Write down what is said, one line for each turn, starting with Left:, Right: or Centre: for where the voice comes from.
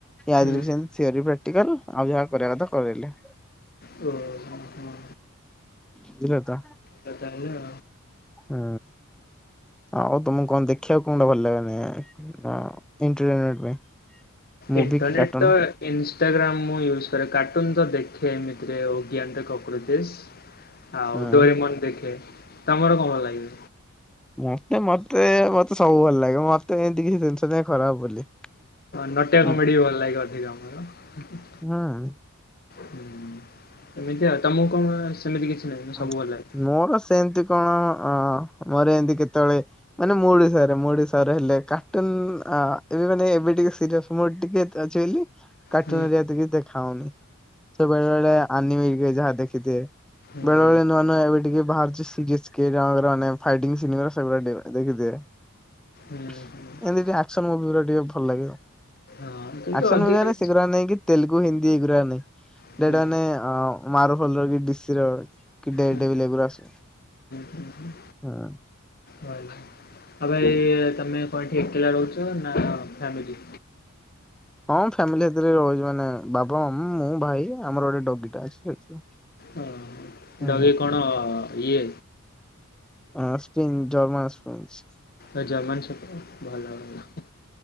Centre: ଆଦିରେ
Left: ହୁଁ
Centre: ସମିତି ସିଆରି ପ୍ରାଟିକ୍ଟାଲ ଆଉ ଯାହା କରିବା କଥା କର। ବୋଇଲେ।
Left: କୁଆଡେ ଯାଇଥିଲ?
Centre: ବୁଝିଲ ତ
Left: କୁଆଡେ ଯାଇଥିଲ।
Centre: ହୁଁ। ଆଉ ତମକୁ କଣ ଦେଖିବାକୁ କଉଟା ଭଲ ଲାଗେରେ ଇନ୍ତ୍ନେଟେ ପାଇଁ। ମୁଭି
Left: ଇଣ୍ଟରନେଟ୍
Centre: କି କାର୍ଟୁନ
Left: ତ ଇଜି ଇନ୍ଷ୍ଟାଗ୍ରାମ୍ ମୁଁ ୟୁଜ୍ କରେ କାର୍ଟୁନ୍ ତ ଦେଖେ ଏମିତିରେ ଓଗିଆନ୍ତେ କକୃଚେସ୍ ଆଉ
Centre: ହଁ
Left: ଡୋରିମନ ଦେଖେ ତମର କଣଭଲ ଲାଗେ?
Centre: ମତେ ମତେ ମତେ ସବୁ ଭଲ ଲାଗେ ମତେ ଏମତି କିଛି ଜିନିଷ ନାହିଁ ଖରାପ ବୋଲି।
Left: ନଟିଆ
Centre: ହୁଁ
Left: କମେଡିୀ ଭଲ ଲାଗେ ଅଧିକ ଆମର।
Centre: ହୁଁ।
Left: ହୁଁ। ଏମିତି ଆଉ ତମକୁ କଣ ସେମିତି କିଛି ନାହିଁ ସବୁ
Centre: ହଁ
Left: ଭଲ ଲାଗେ।
Centre: ମୋର ସେମିତି କଣ ଅଁ ମୋର ଏମିତି କେତେବେଳେ ମାନେ ମୁଡ ହିସାବରେ ମୁଡ ହିସାବ ରେହେଲେ କାଟୁନ ଆ ଏବେ ମାନେ ଏବେ ଟିକେ ସିରିଏସ ମୁଡ ଟିକେ ତ ଅଛି ବୋଲି କାର୍ଟୁନ
Left: ହୁଁ
Centre: ବେରିକା ଏତେ କିଛି ଦେଖା ହଉନି। ସେ ବେଳେ ବେଳେ ଆନିମେ ହେରିକା ଯାହା ଦେଖିଥିବେ।
Left: ହୁଁ।
Centre: ବେଳେ ବଳେ ନୂଆ ନୂଆ ଏବେ ଟିକେ ବାହାରୁଛିି ସିଜିଏସ କେ ରାଓ ର ମାନେ ଫାଇଟିଙ୍ଗ ସିନେମା ସେଗୁଡା ଟିକେ ଦେଖିଦିଏ।
Left: ହୁଁ।
Centre: ଏମୋତି
Left: ହୁଁ
Centre: ଟିକେ ଆକ୍ସନ ମୁଭି ଗୁରା ଟିକେ ଭଲ ଲାଗେ ଆଉ
Left: ହଁ କିନ୍ତୁ
Centre: ଆକ୍ସନ
Left: ଅଧିକା
Centre: ମୁଭି ମାନେ
Left: ହୁଁ
Centre: ସେ ଗୁରା ନୁହ କି। ତେଲୁଗୁ, ହିନ୍ଦୀ ଏଇଗୁରାକ ନାଇଁ
Left: ହୁଁ
Centre: ଦେଟା ମାନେ ଅଁ ମାରୁଫ ଅଲୁ ଅର୍ଜୁନ ଡି ସି ର କେଡେ
Left: ହୁଁ
Centre: କେଡେ ବିିଲ ଗୁରା ଆସେ
Left: ହୁଁ ହୁଁ
Centre: ହଁ।
Left: ଭଲ। ଆଉ ଭାଇ ତମେ କଣ ଏଠି ଏକେଲା ରହୁଛ ନା ଫ୍ୟାମିଲି?
Centre: ହଁ ଫ୍ୟାମିଲି ସାଥିରେ ରହୁଛି ମାନେ ବାବା ଉଁ ମୁଁ ଭାଇ ଆମର ଗୋଟେ ଡଗି ଟା ଅଛି ସେତିକି ଆଉ
Left: ଓହୋ
Centre: ହୁଁ
Left: ଡଗି କଣ ଇଏ
Centre: ଆଉ ତିନି ଚାର ମାସ। <unintelligible>
Left: ଏଇ ଜମା ରୁ ଛୋଟ ଭଲ ଭଲ ହୁଁ